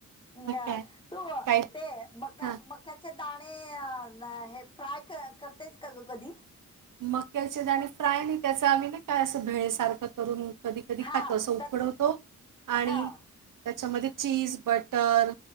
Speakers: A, on the left; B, on the right.
A: न्या
B: काय
A: तू
B: काय
A: ते मका
B: हा
A: मक्याचं दाणे हे फ्राय करतेस का ग कधी?
B: मक्याचे दाणे फ्राय नाही का त्याच आम्ही नाही का असं भेळे सारखं करून कधी कधी
A: हा
B: खातो अस उकडवतो
A: त्यात
B: आणि
A: हा
B: त्याच्यामध्ये चीज बटर